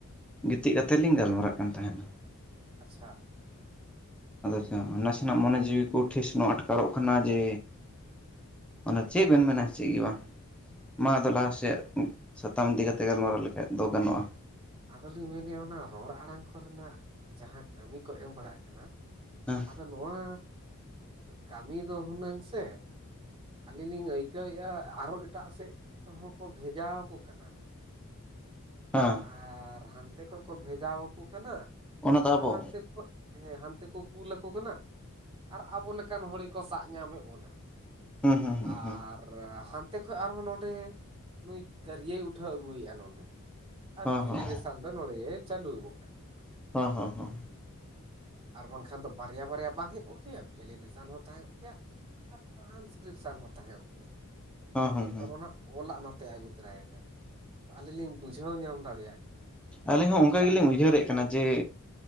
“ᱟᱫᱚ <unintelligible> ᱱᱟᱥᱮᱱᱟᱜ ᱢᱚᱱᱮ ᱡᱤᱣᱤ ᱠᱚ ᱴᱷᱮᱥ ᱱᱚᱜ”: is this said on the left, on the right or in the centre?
Centre